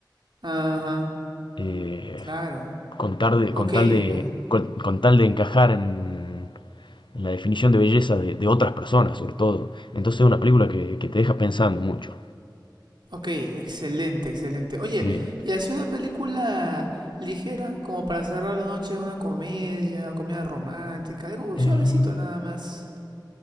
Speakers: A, on the right; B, on the left.
A: ajá,
B: Eh,
A: claro.
B: con, tar de-
A: Ok,
B: con tal de,
A: ok.
B: con, con tal de encajar en, en la definición de belleza de, de otras personas, sobre todo. Entonces es una película que, que te deja pensando mucho.
A: Ok, excelente, excelente. Oye,
B: Sí.
A: y así una película ligera, como para cerrar la noche, una comedia, comedia romántica, algo
B: Eh,
A: suavecito nada más.